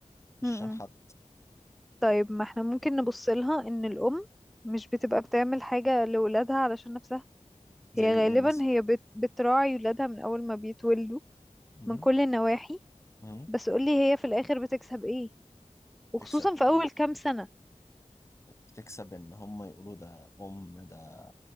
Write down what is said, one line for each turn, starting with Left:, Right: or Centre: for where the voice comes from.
Left: مش
Centre: امم
Left: عشان حد
Centre: طيب ما احنا ممكن نبص لها ان الام مش بتبقى بتعمل حاجة لولادها علشان نفسها
Left: زي
Centre: هي غالبا
Left: إيه مثلا
Centre: هي بت... بتراعي ولادها من اول ما بيتولدوا
Left: م?
Centre: من كل النواحي
Left: م?
Centre: بس قولي هي في الاخر بتكسب ايه وخصوصا
Left: تكسب
Centre: في اول
Left: إيه؟
Centre: كام سنة
Left: بتكسب إن هم يقولوا ده أم ده